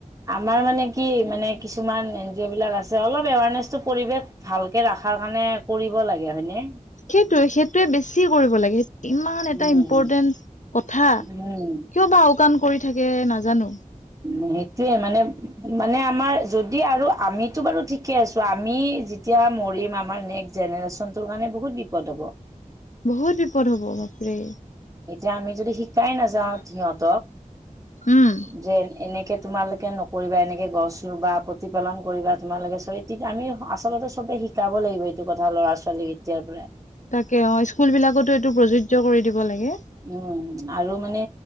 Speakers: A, on the right; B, on the left.
A: আমাৰ মানে কি মানে কিছুমান এন জি অ' বিলাক আছে অলপ এৱাৰনেচতো পৰিবেক ভালকে ৰাখাৰ কাণে কৰিব লাগে হয়নে?
B: সেইটোৱে সেইটোৱে বেছি কৰিব লাগে ইত'-ইমান এটা
A: উম,
B: ইম্পৰ্টেন কথা,
A: উম,
B: কিয় বা আওকাণ কৰি থাকে নাজানো
A: উম', মেটোয়ে মানে, মানে আমাৰ যদি আৰু আমিতো বাৰু ঠিকে আছো আমি যি তিয়া মৰিম আমাৰ নেক জেনেৰেচনটোৰ কাণে বহুত বিপদ হ'ব।
B: বহুত বিপদ হ'ব বাপৰে।
A: এতিয়া আমি যদি হিকাই নাযাওঁ সিহঁতক
B: উম',
A: যে এনেকে তোমালোকে নকৰিবা, এনেকে গছ ৰুবা, প্ৰতিপালন কৰিবা, তোমালোকে <unintelligible> <unintelligible> আমি আচলতে চবে হিকাব লাগিব এইটো কথা ল'ৰা ছোৱালীক এতিয়াৰ পৰাই।
B: তাকে অ, ইস্কুল বিলাকতো এটো প্ৰযোজ্য কৰি দিব লাগে।
A: উম, আৰু মানে